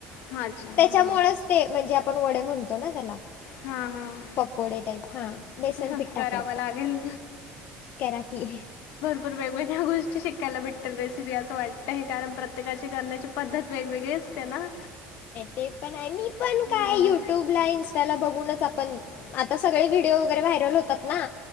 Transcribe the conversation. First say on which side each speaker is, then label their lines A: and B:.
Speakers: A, on the left; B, on the left.
A: हां, अच्छा. हां,
B: त्याच्यामुळच
A: हां.
B: ते म्हणजे आपण वडे म्हणतो ना त्याला
A: हां, हां.
B: पकोडे टाईप हा बेसनपीठ
A: हं, करावं
B: टाकायचं
A: लागेल.
B: कराकी
A: प वेगवेगळ्या गोष्टी शिकायला भेटेल रेसिपी असं वाटतं आहे कारण प्रत्येकाची करण्याची पद्धत वेगवेगळी असते ना
B: ते पण आहे मी पण
A: अ,
B: काय युट्यूब ला इन्स्टा ला बघूनच आपण आता सगळे व्हिडिओ वगैरे व्हायरल होतात ना